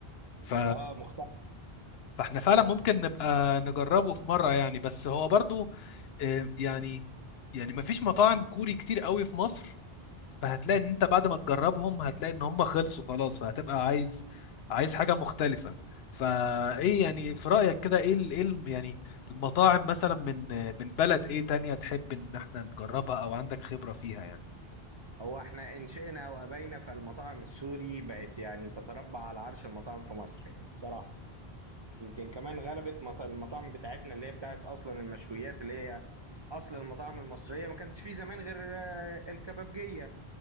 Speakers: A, on the left (about 80°); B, on the right (about 45°).
A: ف...
B: اه مختلف
A: فاحنا فعلا ممكن نبقى نجربه في مرة يعني بس هو برضو آه، يعني يعني ما فيش مطاعم كوري كتير قوي في مصر فهتلاقي ان انت بعد ما تجربهم هتلاقي ان هم خلصوا خلاص فهتبقى عايز عايز حاجة مختلفة فايه يعني في رأيك كده ايه ال... ايه ال... يعني المطاعم مثلا من من بلد ايه تانية تحب ان احنا نجربها او عندك خبرة فيها
B: هو احنا انشئنا وابينا فالمطاعم السوري بقت يعني تتربع على عرش المطاعم في مصر يعني بصراحة يمكن كمان غلبت مط- المطاعم بتاعتنا اللي هي بتاعت اصلا المشويات اللي هي اصل المطاعم المصريه ما كانش في زمان غير آه، الكبابجيه ما